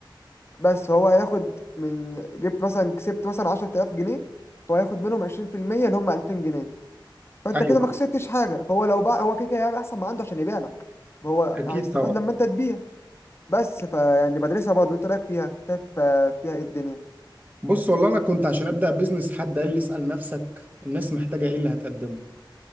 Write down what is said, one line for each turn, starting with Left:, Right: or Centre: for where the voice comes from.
Left: بس هو هياخد من جبت مثلا كسبت مثلا 10000 جنيه هو هياخد منهم 20% اللي هم 2000 جنيه فانت
Right: أيوه
Left: كده ما خسرتش
Right: أيوه.
Left: حاجه فهو لو باع هو كده كده هيعمل احسن ما عنده عشان يبيع لك ما هو
Right: أكيد
Left: هيستفاد
Right: طبعا
Left: لما انت تبيع بس فيعني بدرسها برضه انت رايك فيها شايف آه، فيها ايه الدنيا
Right: بص والله انا كنت عشان ابدا بيزنس حد قال لي اسال نفسك الناس محتاجه ايه اللي هتقدمه